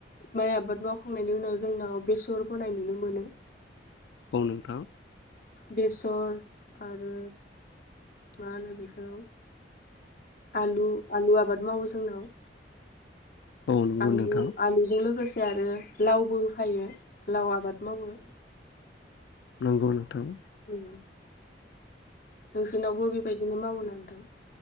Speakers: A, on the left; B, on the left.
A: माइ आबाद मावखांनायनि उनाव जोंनाव बेसर फोनाय नुनो मोनो।
B: औ नोंथां।
A: बेसर आरो मा होनो बेखौ आलु आलु आबाद मावो जोंनाव।
B: औ नंगौ
A: आलु
B: नोंथां
A: आलुजों लोगो से आरो लावबो होफायो लाव आबाद मावो।
B: नंगौ नों थां।
A: उम नोंसोरनावबो बेबायदिनो मावोना नोंथां?